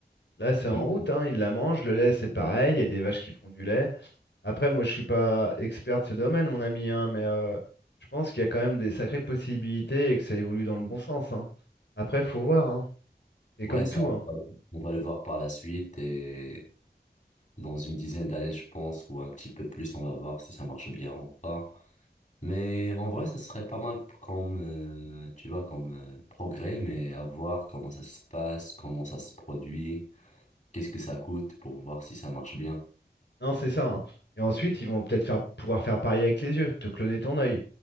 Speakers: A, on the left; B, on the left.
A: Là, c'est en
B: Hmm.
A: route. hein. Ils la mange, Le lait, c'est pareil. Il y a des vaches qui font du lait. Après, moi, je suis pas expert de ce domaine, mon ami, hein, mais euh, je pense qu'il y a quand même des sacrées possibilités et que ça évolue dans le bon sens. hein. Après, faut voir. hein. C'est
B: Ouais,
A: comme
B: ça,
A: tout.
B: on
A: hein.
B: va, on va le voir par la suite et dans une dizaine d'années, je pense, ou un petit peu plus, on va voir si ça marche bien ou pas. Mais en vrai, ça serait pas mal comme, euh, tu vois, comme euh, progrès, mais à voir comment ça se passe, comment ça se produit. Qu'est-ce que ça coûte pour voir si ça marche bien?
A: Non, c'est ça. hein. Et ensuite, ils vont peut-être faire, pouvoir faire pareil avec les yeux, te cloner ton œil.